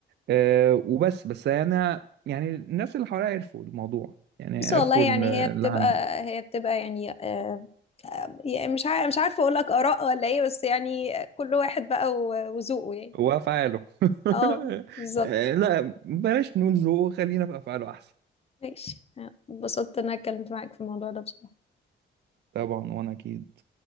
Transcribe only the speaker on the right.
أه وبس بس انا يعني الناس اللي حواليا عرفوا الموضوع يعني
عرفوا
إن
اللي
عندي
هو افعاله <laughs>
أه لا بلاش نقول ذوقه خلينا في افعاله احسن
طبعا وانا اكيد